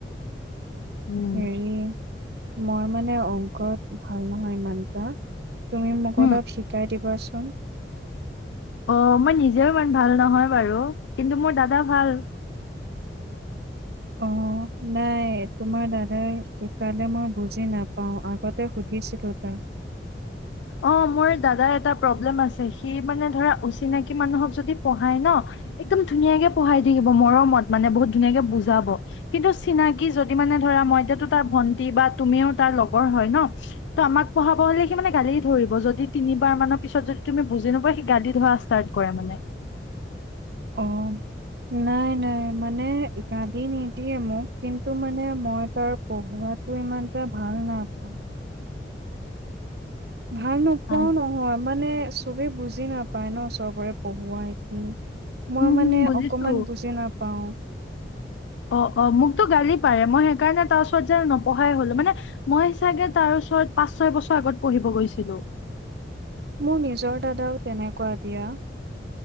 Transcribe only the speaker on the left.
উম
হুম।
অ মই নিজেও ইমান ভাল নহয় বাৰু কিন্তু মোৰ দাদা ভাল
অ মোৰ দাদাৰ এটা প্ৰব্লেম আছে সি মানে ধৰা অচিনাকি মানুহক যদি পঢ়াই ন একদম ধুনীয়াকে পঢ়াই থাকিব মৰমত মানে বহুত ধুনীয়াকে বুজাব কিন্তু চিনাকি যদি মানে ধৰা মই এতিয়াতো তাৰ ভন্টি বা তুমিও তাৰ লগৰ হয় ন ত আমাক পঢ়াব হলে সি মানে গালি দিয়ে ধৰিব যদি তিনিবাৰ মানৰ পিছত যদি তুমি বুজি নোপোৱা সি গাডি ধৰা ষ্টাৰ্ট কৰে মানে
উম
হুম
বুজিছো
অ অ মোকতো গালি পাৰে মই সেইকাৰণে তাৰ ওচৰত যে নপঢ়াই হ'লো মানে মই চাগে তাৰ ওচৰত পাঁচ ছয় বছৰ আগত পঢ়িব গৈছিলো